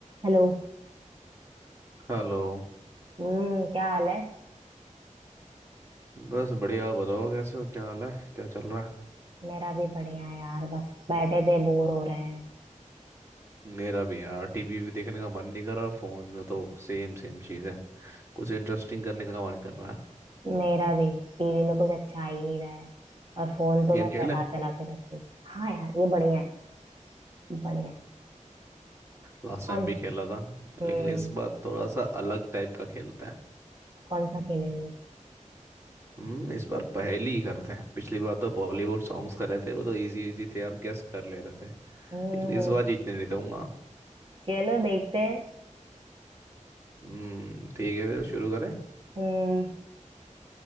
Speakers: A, on the right; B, on the right.
A: हेलो
B: हेलो
A: हम्म क्या हाल है
B: बस बढ़िया आप बताओ कैसे हो क्या हाल है क्या चल रहा है
A: मेरा भी बढ़िया है यार बस बैठे थे बोर हो रहे हैं
B: मेरा भी यार टीवी भी देखने का मन नहीं कर रहा और फोन में तो सेम सेम चीज़ है कुछ इंटरेस्टिंग करने का मन कर रहा है
A: मेरा भी टीवी में कुछ अच्छा आ ही नहीं रहा है और फोन तो
B: गेम
A: मैं
B: खेले
A: चला चला के थक गई हाँ यार ये बढ़िया है बढ़िया
B: लास्ट
A: कौन
B: टाइम भी खेला था
A: हम्म
B: लेकिन इस बार थोड़ा सा अलग टाइप का खेलते हैं
A: कौन सा खेलेंगे
B: हम्म इस बार पहेली ही करते हैं पिछली बार तो बॉलीवुड सॉन्ग्स कर रहे थे वो तो इजी इजी थे आप गेस कर ले रहे थे लेकिन
A: हम्म
B: इस बार जीतने नहीं दूंगा
A: चलो देखते हैं
B: हम्म ठीक है फिर शुरू करें
A: हम्म